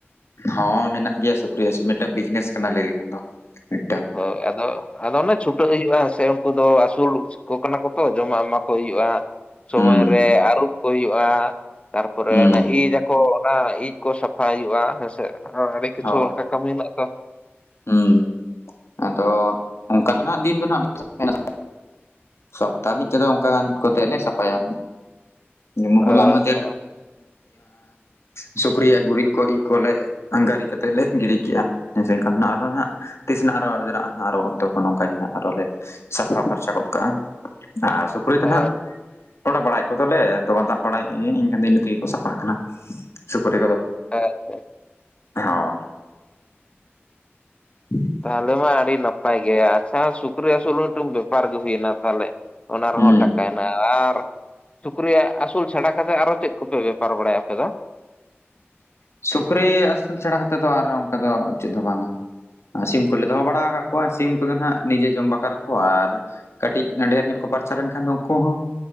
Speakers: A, on the left; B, on the left.
A: ᱦᱚᱸ ᱢᱮᱱᱟᱜ ᱜᱮᱭᱟ ᱥᱩᱠᱨᱤᱭ ᱢᱤᱫᱴᱟᱝ ᱵᱤᱡᱽᱱᱮᱥ ᱠᱟᱱᱟ ᱞᱟᱹᱭ ᱞᱮᱠᱷᱟᱱ ᱫᱚ ᱢᱤᱫᱴᱟᱝ᱾
B: ᱦᱳᱭ ᱟᱫᱚ ᱟᱫᱚ ᱚᱱᱮ ᱪᱷᱩᱴᱟᱹᱜ ᱦᱩᱭᱩᱜᱼᱟ ᱥᱮ ᱩᱱᱠᱩ ᱫᱚ ᱟᱹᱥᱩᱞ᱾ ᱠᱚ ᱠᱟᱱᱟ ᱠᱚ ᱛᱚ ᱡᱚᱢᱟᱜ ᱮᱢᱟ ᱠᱚ ᱦᱩᱭᱩᱜᱼᱟ ᱥᱚᱢᱚᱭ
A: ᱦᱩᱸ
B: ᱨᱮ ᱟᱹᱨᱩᱵ ᱠᱚ ᱦᱩᱭᱩᱜᱼᱟ᱾ ᱛᱟᱨᱯᱚᱨᱮ
A: ᱦᱩᱸ
B: ᱚᱱᱟ ᱤᱡ ᱟᱠᱚ ᱚᱱᱟ ᱤᱡ ᱠᱚ ᱥᱟᱯᱷᱟᱭ ᱦᱩᱭᱩᱜᱼᱟ ᱦᱮᱸᱥᱮ ᱟᱨ ᱟᱹᱰᱤ ᱠᱤᱪᱷᱩ
A: ᱦᱳᱭ
B: ᱚᱱᱠᱟ᱾ ᱠᱟᱹᱢᱤ ᱨᱮᱱᱟᱜ ᱛᱚ᱾
A: ᱦᱩᱸ ᱛᱚ ᱚᱱᱠᱟ ᱫᱚ ᱦᱟᱸᱜ ᱫᱤᱱ ᱫᱚ ᱦᱟᱸᱜ ᱵᱟᱭ ᱥᱟᱯᱷᱟᱭᱟ ᱦᱮᱸ ᱥᱮ᱾ ᱛᱟ ᱢᱤᱫ ᱪᱟᱸᱫ ᱚᱱᱠᱟ ᱜᱟᱱ ᱠᱚᱛᱮ ᱞᱮ ᱥᱟᱯᱷᱟᱭᱟ ᱡᱮᱢᱚᱱ
B: ᱚ
A: ᱦᱚᱞᱟ ᱢᱟᱼᱼ <unintelligible>
B: ᱦᱚ
A: ᱥᱩᱠᱨᱤᱭᱟᱜ ᱜᱩᱨᱤᱡ ᱠᱚ ᱤᱡ ᱠᱚᱞᱮ ᱟᱜᱟᱨᱤ ᱠᱟᱛᱮᱜ ᱞᱮ ᱜᱤᱰᱤ ᱠᱮᱜᱼᱟ <inaudible> ᱟᱨ ᱦᱚᱸ ᱛᱤᱥᱱᱟᱜ ᱟᱨᱚ ᱚᱱᱛᱮ ᱠᱷᱚᱱ ᱚᱱᱠᱟᱜ ᱜᱮ ᱟᱨᱚᱞᱮ᱾ ᱥᱟᱯᱷᱟ ᱯᱷᱟᱨᱪᱟ ᱜᱚᱫ ᱠᱟᱜᱼᱟ ᱟᱨ ᱥᱩᱠᱨᱤ ᱫᱚ
B: ᱚ
A: ᱱᱟᱦᱟᱜ ᱚᱲ ᱵᱟᱲᱟᱭ᱾ ᱠᱚᱫᱚ ᱞᱮ ᱱᱤᱛ ᱵᱟ ᱫᱟᱜ ᱵᱟᱲᱟᱭᱮᱫ ᱜᱮ ᱮᱱᱠᱷᱟᱱ ᱫᱚ ᱤᱱᱟᱹ ᱛᱮᱜᱮ ᱠᱚ ᱥᱟᱯᱷᱟᱜ ᱠᱟᱱᱟ ᱥᱩᱠᱨᱤ ᱠᱚᱫᱚ᱾
B: <unintelligible>
A: ᱦᱳᱭ <unintelligible>
B: ᱛᱟᱦᱚᱞᱮ ᱢᱟ ᱟᱹᱰᱤ ᱱᱟᱯᱟᱭ ᱜᱮ ᱟᱪᱪᱷᱟ ᱥᱩᱠᱨ ᱥᱩᱞᱩ ᱢᱤᱫᱴᱟᱝ ᱵᱮᱯᱟᱨ ᱜᱮ ᱦᱩᱭᱱᱟ ᱛᱟᱦᱚᱞᱮ᱾ ᱚᱱᱟ ᱨᱮᱦᱚᱸ
A: ᱦᱩᱸ
B: ᱴᱟᱠᱟᱭᱱᱟ᱾ ᱟᱨ ᱥᱩᱠᱨᱤ ᱟᱹᱥᱩᱞ ᱪᱷᱟᱲᱟ ᱠᱟᱛᱮᱫ ᱟᱨᱚ ᱪᱮᱫ ᱠᱚᱯᱮ ᱵᱮᱯᱟᱨ ᱵᱟᱲᱟᱭᱟ ᱟᱯᱮ ᱫᱚ?
A: ᱥᱩᱠᱨᱤ ᱟᱹᱥᱩᱞ ᱪᱷᱟᱲᱟ ᱠᱟᱛᱮᱫ ᱫᱚ ᱟᱨ ᱚᱱᱠᱟ ᱫᱚ ᱪᱮᱫ ᱦᱚᱸ ᱵᱟᱝᱼᱟ ᱥᱤᱢ ᱠᱚᱞᱮ ᱫᱚᱦᱚ ᱵᱟᱲᱟ ᱟᱠᱟᱫ ᱠᱚᱣᱟ᱾ ᱥᱤᱢ ᱠᱚᱫᱚ ᱟᱸᱜ ᱱᱤᱡᱮ ᱡᱚᱢ ᱵᱟᱠᱷᱨᱟ ᱠᱚ ᱟᱨ ᱠᱟᱹᱴᱤᱡ ᱰᱷᱮᱨ ᱧᱚᱜ ᱠᱚ ᱯᱟᱨᱪᱟ ᱞᱮᱱᱠᱷᱟᱱ ᱫᱚ ᱩᱱᱠᱩ ᱦᱚᱸ᱾